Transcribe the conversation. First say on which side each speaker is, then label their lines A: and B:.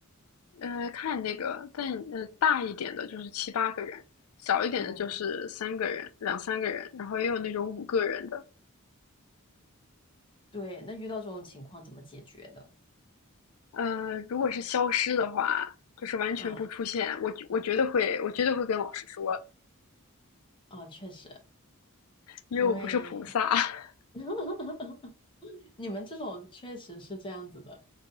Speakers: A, on the left; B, on the left.
A: 呃，看那个，但呃大一点的就是七八个人，小一点的就是三个人、
B: 哦
A: 两三个人，然后也有那种五个人的。
B: 对，那遇到这种情况怎么解决的？
A: 呃，如果是消失的话，就是完全不出现，
B: 嗯，
A: 我我绝对会，我绝对会跟老师说，
B: 啊，确实，
A: 因为我不是菩萨。
B: 因为
A: <laughs>
B: <laughs> 你们这种确实是这样子的，